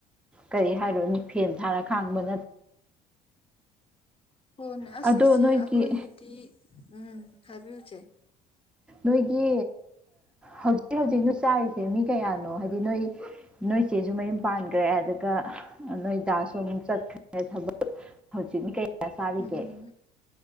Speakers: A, in the centre; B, on the left.
A: ꯀꯔꯤ ꯍꯥꯏꯔꯨꯅꯤ ꯐꯦꯟ ꯊꯥꯔ ꯈꯥꯡꯕ ꯅꯠꯇꯅ
B: ꯍꯣꯏꯅꯦ ꯑꯁ
A: ꯑꯗꯣ
B: ꯏꯆꯦ
A: ꯅꯣꯏꯒꯤ
B: ꯑꯩꯈꯣꯏꯒꯤꯗꯤ ꯎꯝ ꯍꯥꯏꯕꯤꯌꯨ ꯢꯆꯦ
A: ꯅꯣꯏꯒꯤ ꯍꯧꯖꯤꯛ ꯍꯧꯖꯤꯛ ꯅꯣꯏ ꯆꯥꯔꯤꯁꯦ ꯃꯤ ꯀꯌꯥꯅꯣ ꯍꯥꯏ ꯅꯣꯏ ꯅꯣꯏ ꯆꯦꯁꯨ ꯃꯌꯨꯝ ꯄꯥꯟꯈ꯭ꯔꯦ ꯑꯗꯨꯒ ꯅꯣꯏ ꯗꯥꯁꯨ ꯑꯃꯨꯛ ꯆꯠꯈ꯭ꯔꯦ ꯊꯕꯛ ꯍꯧꯖꯤꯛꯇꯥ ꯀꯩꯌꯥ ꯆꯥꯔꯤꯒꯦ
B: ꯎꯝ